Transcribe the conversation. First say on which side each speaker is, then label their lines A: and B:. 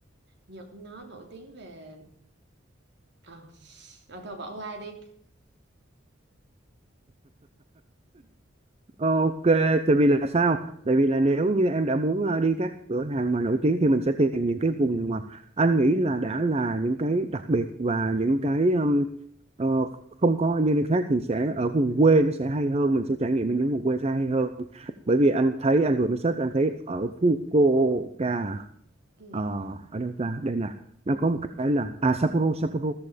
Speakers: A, on the right; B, on the right.
A: Nhật nó nổi tiếng về ờ ờ, thôi bỏ qua đi
B: Ờ, ok tại vì là sao tại vì là nếu như em đã muốn ờ, đi các cửa hàng mà nổi tiếng thì mình sẽ tìm những cái vùng mà anh nghĩ là đã là những cái đặc biệt và những cái ừm, ờ, không có như nơi khác thì sẽ ở vùng quê nó sẽ hay hơn mình sẽ trải nghiệm ở những vùng quê sẽ hay hơn bởi vì anh thấy anh vừa mới search anh thấy ở Fukuoka
A: ừ.
B: ờ, ở đâu ta đây nè nó có một cái là à Sapporo Sapporo